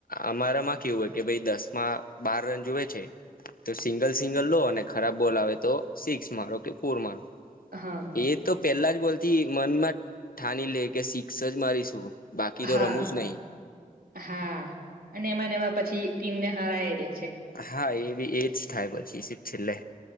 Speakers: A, on the left; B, on the right.
A: અમારામાં કેવું હોય કે ભાઈ દસ માં બાર રન જોુવે છે તો સિંગલ સિંગલ લો અને ખરાબ બોલ આવે તો સિક્સ મારો કે ફોર મારો
B: હા,
A: એ તો પેલા જ બોલતી મનમાં ઠાની લે કે શિક્ષ જ મારીશું બાકી તો
B: હા
A: રમું જ નહીં
B: હા અને એમાંને એવા પછી ટીમને હરાય દે છે
A: હા એ બી એજ થાય પછી છેલ્લે